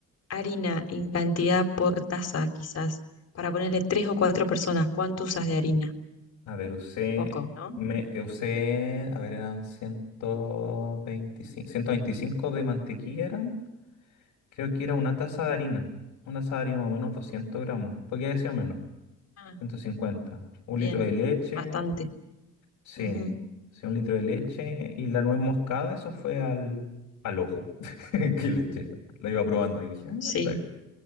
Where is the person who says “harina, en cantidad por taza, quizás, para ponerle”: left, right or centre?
Left